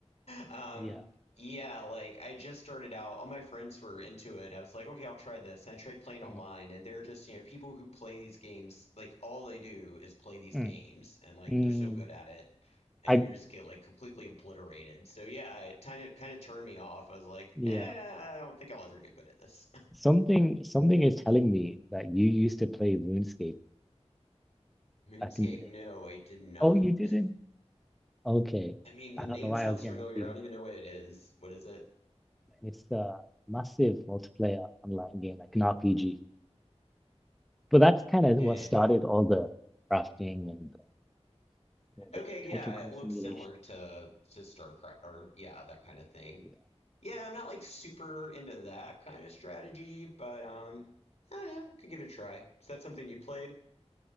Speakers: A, on the left; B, in the centre.
A: um,
B: yeah.
A: yeah. Like I just started out. All my friends were into it. I was like, okay, I'll try this. And I tried playing
B: Mm,
A: online, and they're just you know people who play these games. Like all they do is play these
B: mm,
A: games, and like
B: mm.
A: they're so good at it, and
B: I
A: you just get like completely obliterated. So yeah, it kind of kind of turned me off. I was like,
B: yeah.
A: eh, I don't think I'll ever get good at this.
B: Something something is telling me that you used to play RuneScape
A: <laughs> Moonscape?
B: back in the day.
A: No, I did not.
B: Oh, you didn't? Okay.
A: I mean, the
B: I don't
A: name
B: know why
A: sounds
B: I was getting
A: familiar.
B: that
A: I don't even know what it is. What is it?
B: And It's a massive multiplayer online game, like an RPG. But that's kind of
A: Heh.
B: what started all the crafting and all the
A: Okay, yeah,
B: tactical
A: it looks
B: simulation.
A: similar to to StarCraft or yeah, that kind of thing.
B: Yeah.
A: Yeah, I'm not like super into that kind of strategy, but um, I don't know, could give it a try. Is that something you played?